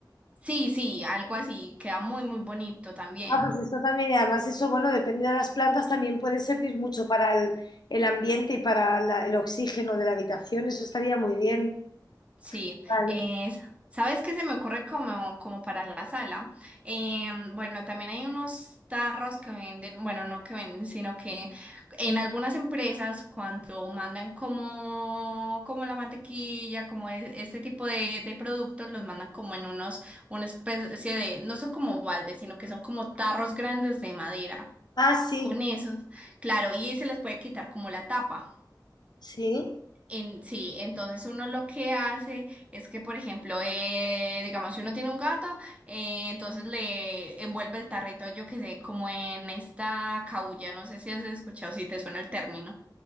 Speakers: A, on the right (about 15°); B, on the left (about 75°).
A: Sí, sí, algo así, queda muy, muy bonito también.
B: Ah, pues esto también, y además eso, bueno, depende de las plantas, también puede servir mucho para el, el ambiente y para la- el oxígeno de la habitación, eso estaría muy bien.
A: Sí,
B: Vale.
A: es, ¿sabes qué se me ocurre como, como para la sala? Em, bueno, también hay unos tarros que venden, bueno, no que venden, sino que en algunas empresas cuando mandan como, como la mantequilla, como e- este tipo de, de productos, los mandan como en unos, una especie de, no son como baldes, sino que son como tarros grandes de madera.
B: Ah, sí,
A: Con esos, claro, y se les puede quitar como la tapa.
B: sí,
A: En, sí, entonces uno lo que hace es que, por ejemplo, eh, digamos, si uno tiene un gato, eh, entonces le envuelve el tarrito, yo que sé, como en esta caulla, no sé si has escuchado, si te suena el término,